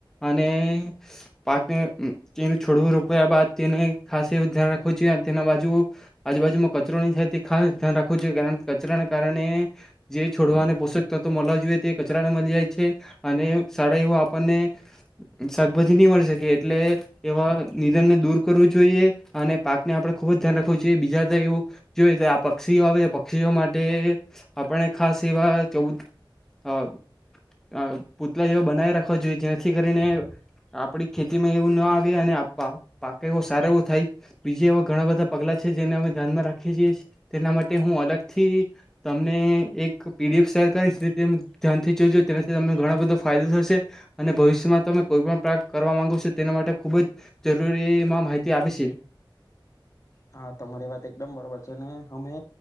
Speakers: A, in the centre; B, on the left.
A: અને પાકને તેનું છોડવું રોપ્યા બાદ તેને ખાસ એવ ધ્યાન રાખવું જોઈએ તેના બાજુ આજુબાજુમાં કચરો નહી થાય તે ખાસ ધ્યાન રાખવું જોઈએ કારણ કે કચરાના કારણે જે છોડવા અને પોષક તત્વો મળવા જોઈએ તે કચરાને મળી જાય છે અને શળા એવું આપણને શાકભાજી નહી મળી શકે એટલે એવા નિધનને દૂર કરવું જોઈએ અને પાકને આપણે ખુબ જ ધ્યાન રાખવું જોઈએ બીજા <unintelligible> એવું જોઈએ પક્ષીઓ આવે પક્ષીઓ માટે આપણે ખાસ એવા ચ અ અ પૂતલા જેવા બનાવી રાખવા જોઈએ જેથી કરીને આપડી ખેતીમાં એવું ના આવે અને પાક એવ સારો એવો થાય, બીજા એવા ઘણા બધા પગલા છે જેને અમે ધ્યાનમાં રાખીએ છીએ. તેના માટે હું અલગ થી તમને એક પીડીએફ શેર કરીશ તેમ. ધ્યાનથી જોજો તના તમે ઘણા બધા. ફાયદો થશે અને ભવિષ્યમાં તમે કોઈ પણ પ્રગ કરવા માંગો છો તેના માટે ખૂબ જ જરૂરીમાં માહિતી આપે છે.
B: હા તમારી વાત એકદમ બરોબર છે અમે